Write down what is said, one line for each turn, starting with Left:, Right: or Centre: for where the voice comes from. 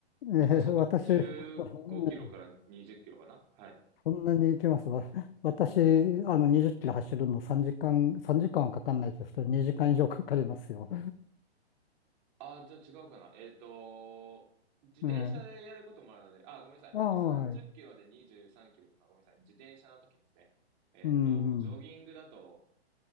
Left: えー私、
Right: あ、あ、そうか。15キロから20キロかなはい。
Left: うんそんなに行きます。わ私、あの、20キロ走るの3時間、3時間はかかんないですけど、2時間以上かかりますよ。
Right: あ、じゃあ違うかな。えっと、自転車でやることもあるので、
Left: ええ、
Right: あ、ごめんなさい。
Left: ああはい。
Right: えっと、30キロで23キロとか、ごめんなさい。自転車の時ですね。えっと、
Left: うん、うん、
Right: ジョギングだと、